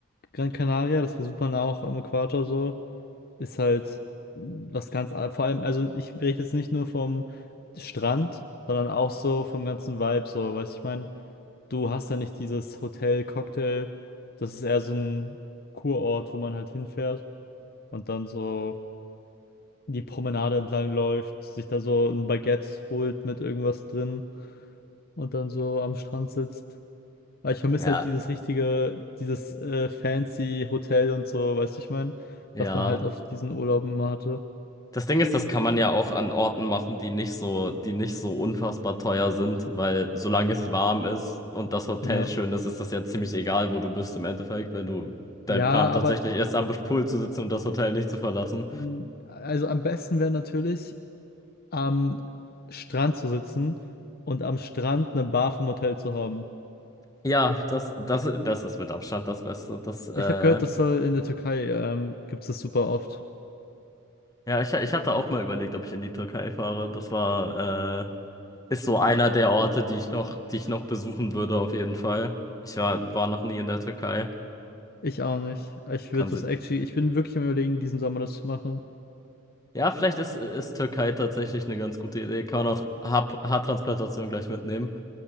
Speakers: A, on the left (about 45°); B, on the left (about 15°).
A: Gran Canaria, das ist ja super nah auch am Äquator so, ist halt was ganz, a- vor allem, also ich rede jetzt nicht nur vom Strand, sondern auch so vom ganzen Vibe so, weißt du, ich meine, du hast da nicht dieses Hotel, Cocktail, das ist eher so ein Kurort, wo man halt hinfährt und dann so die Promenade entlang läuft, sich da so ein Baguette holt mit irgendwas drin und dann so am Strand sitzt. Aber ich vermisse
B: Ja,
A: halt dieses richtige, dieses äh, fancy Hotel und so, weißt du, ich meine,
B: ja.
A: was man halt auf diesen Urlauben immer hatte.
B: Das Ding ist, das kann man ja auch an Orten machen, die nicht so, die nicht so unfassbar teuer sind, weil solange es warm ist und das Hotel
A: Ja.
B: schön ist, ist das ja ziemlich egal, wo du bist im Endeffekt, wenn du dein
A: Ja,
B: Plan tatsächlich
A: aber
B: ist, am Pool zu sitzen und das Hotel nicht zu verlassen.
A: mh, also am besten wäre natürlich am Strand zu sitzen und am Strand eine Bar vom Hotel zu haben.
B: Ja, das, das, das ist mit Abstand das Beste. Das, äh,
A: Ich habe gehört, das soll in der Türkei ähm, gibt es das super oft.
B: Ja, ich, ich hatte auch mal überlegt, ob ich in die Türkei fahre. Das war, äh, ist so einer der Orte, die ich noch, die ich noch besuchen würde, auf jeden Fall. Ich war, war noch nie in der Türkei.
A: Ich auch nicht. Ich
B: Kann
A: würde
B: sie.
A: das actually, ich bin wirklich am Überlegen, diesen Sommer das zu machen.
B: Ja, vielleicht ist, ist Türkei tatsächlich eine ganz gute Idee. Kann man auch Haar, Haartransplantation gleich mitnehmen.